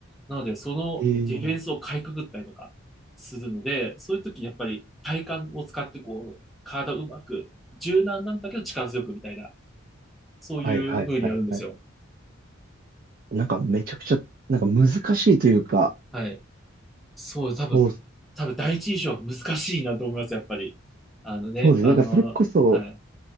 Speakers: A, in the centre; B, on the right.
A: なので、そのディフェンスをかいくぐったりとかするので、
B: ええ
A: そういう時にやっぱり体幹を使ってこう、体をうまく、柔軟なんだけど力強くみたいな、そういう風にやるんですよ。
B: はいはいはいはい。なんかめちゃくちゃ、なんか難しいというか、
A: はい。そう、多分、
B: そう、
A: 多分第一印象は難しいなと思います、やっぱり。あのね、
B: そうです。
A: あの、
B: なんかそれこそ、
A: はい。